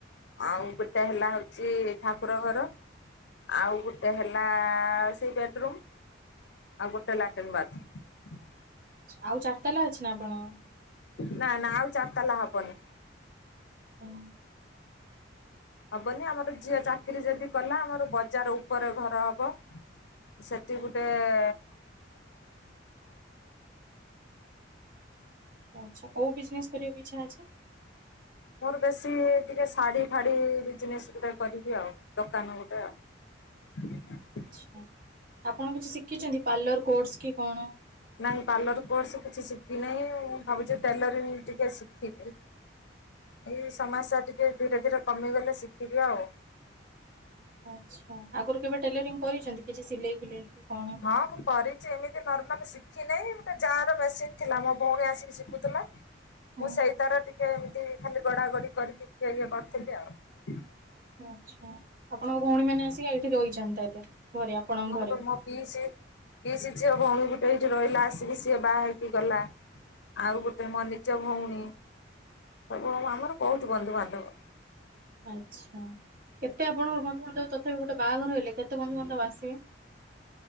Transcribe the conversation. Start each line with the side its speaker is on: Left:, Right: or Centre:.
Left: ଆଉ ଗୋଟେ ହେଲା ହଉଛି ଠାକୁର ଘର। ଆଉ ଗୋଟେ ହେଲା ସେଇ ବେଡରୁମ୍। ଆଉ ଗୋଟେ ଲାଟିନ ବାଥରୁମ୍।
Right: ଆଉ ଚାରି ତାଲା ଅଛି ନା ଆପଣ?
Left: ନା ନା ଆଉ ଚାରି ତାଲା ହବନି
Right: ହୁଁ।
Left: ହବନି ଆମର ଝିଅ ଚାକିରି ଯଦି କଲା ଆମର ବଜାର ଉପରେ ଘର ହବ। ସେଠି ଗୁଟେ ଏ
Right: ଆଚ୍ଛା କୋଉ ବିଜନେସ କରିବାକୁ ଇଚ୍ଛା ଅଛି?
Left: ମୋର ବେଶୀ ଟିକେ ଶାଢ଼ୀ ଫାଢ଼ୀ ବିଜନେସ୍ ଗୋଟେ କରିବି ଆଉ ଦୋକାନ ଗୋଟେ ଆଉ ହ <unintelligible>
Right: ଆଚ୍ଛା। ଆପଣ କିଛି ଶିଖିଛନ୍ତି ପାର୍ଲର କୋର୍ସ କି କଣ?
Left: ନାଇ ପାର୍ଲର କୋର୍ସ କିଛି ଶିଖି ନାହିଁ ମୁ ଭାବୁଛି ଟେଲର ଟିକେ ଶିଖିବି। ଏଇ ସମସ୍ୟା ଟିକେ ଧୀରେ ଧୀରେ କମିଗଲେ ଶିଖିବି ଆଉ
Right: ଆଚ୍ଛା ଆଗରୁ କେବେ ଟେଲରିଂ କରିଛନ୍ତି କିଛି ସିଲେଇ ଫିଲେଇ କି କଣ?
Left: ହଁ ମୁଁ କରିଛି ଏମିତି ନର୍ମାଲ ଶିଖିନାଇଁ ଗୋଟେ ଯା ର ମେସିନ୍ ଥିଲା ମୋ ଭଉଣୀ ଆସିକି ଶିଖୁଥିଲା।
Right: ହଁ
Left: ମୁଁ ସେଇ ତାର ଟିକେ ଏମିତି ଖାଲି ଗଡା ଗଡି କରିକି ଟିକେ ଇଏ କରିଥିଲି ଆଉ
Right: ଆଛା ଆପଣଙ୍କ ଭଉଣୀ ମାନେ ଆସିକି ଏଇଠି ରହିଛନ୍ତି ତାହେଲେ? ଘରେ ଆପଣଙ୍କ
Left: ମୁଁ
Right: ଘରେ
Left: ମୋ ପିସି ପିସି ଝିଅ ଭଉଣୀ ଗୋଟେ ଏଇଠି ରହିଲା ଆସିକି ସିଏ ବାହା ହେଇକି ଗଲା। ଆଉ ଗୋଟେ ମୋ ନିଜ ଭଉଣୀ ସବୁ ଆମର ବହୁତୁ ବନ୍ଧୁବାନ୍ଧବ
Right: ଆଚ୍ଛା କେତେ ଆପଣଙ୍କର ବନ୍ଧୁବାନ୍ଧବ ତଥାପି ଗୋଟେ ବାହାଘର ହେଲେ କେତେ? କେତେ ବନ୍ଧୁବାନ୍ଧବ ଆସିବେ?